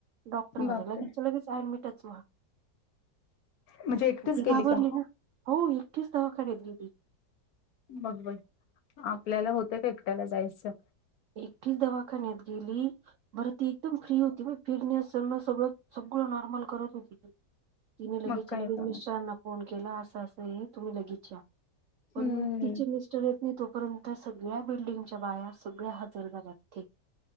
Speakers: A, on the right; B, on the left.
A: डॉक्टर म्हणे
B: बापरे
A: लगेच त्या लगेच अॅडमिट टच वा
B: म्हणजे एकटीच
A: ती
B: गेली
A: घाबरली
B: का?
A: ना, हो एकटीच दवाखान्यात गेली
B: बघ बर आपल्याला होत का एकट्याला जायचं
A: एकटीच दवाखान्यात गेली, बरती एकदम फ्री होती फिरण्यास स सगळं सगळं नॉर्मल करत होती तिने लगेचच्या
B: मग काय
A: लगेच
B: करणार.
A: मिस्टरांना फोन केला असं असं तुम्ही लगेच या पण
B: हम्म
A: तिचे मिस्टर येत नाही तोपर्यंत सगळ्या बिल्डिंगच्या बाया सगळ्या हजर झाल्या तिथे